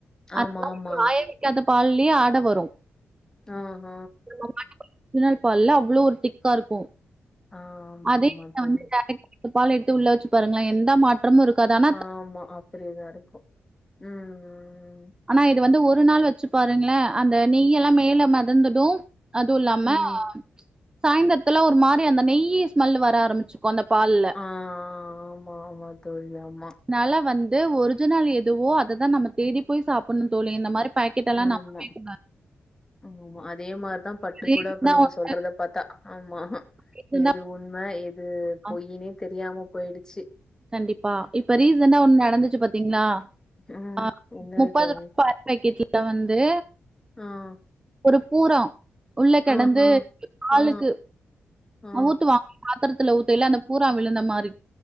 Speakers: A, on the left; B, on the right.
A: ஆமாமா.
B: அந்த மாரி காய வெக்காத பால்லியே ஆட வரு
A: அ அ
B: <unintelligible> பால்ல அவ்ளோ ஒரு திக்கா இருக்கு
A: ஆமாமா
B: அதே
A: தோழி.
B: <unintelligible> பால் எடுத்து உள்ள வச்சு பாருங்களே எந்த மாற்றமு இருக்காது ஆன்
A: ஆமா அப்படிதா இருக்கு ம் ம் ம்
B: ஆனா இது வந்து ஒரு நாள் வச்சு பாருங்களே அந்த நெய் எல்லா மேல மெதந்துடும் அதுவு இல்லாம
A: ம்.
B: சாய்ந்தரத்துல ஒரு மாரி அந்த நெய் ஸ்மெல் வர ஆரம்பிச்சு கொந்த பால்ல
A: ஆ ஆமா, ஆமா தோழி. ஆமா.
B: நாலா வந்து ஒரிஜினல் எதுவோ அததான் நம்ம தேடி போய் சாப்டணும் தோழி இந்த மாரி பாக்கெட் எல்லா
A: ஆமா
B: நம்பவே கூடாது
A: ஆமா ஆமா அதே மாரிதா பட்டு
B: ரீசண்டா
A: கூட அப்ப நீங்க
B: ஒன்னு
A: சொல்றத பத்தா ஆமா
B: ரீசண்டா
A: எது உண்மை எது
B: ஆ
A: பொய்னே தெரியாம போயிடுச்சு
B: கண்டிப்பா இப்ப ரீசன்டா ஒண்ணு நடந்துச்சு பாத்தீங்களா
A: ம்.
B: ஆ
A: என்னது
B: முப்பது
A: தோழி?
B: <unintelligible> <unintelligible> வந்து
A: ம்
B: ஒரு பூரம் உள்ள கிடந்து
A: ஆஹா.
B: ஆளுக்கு
A: ஆ. ஆ.
B: ஊட்டு வாங்க பாத்ரத்துல வூத்த இல்ல அந்த பூரா விழுந்த மாரி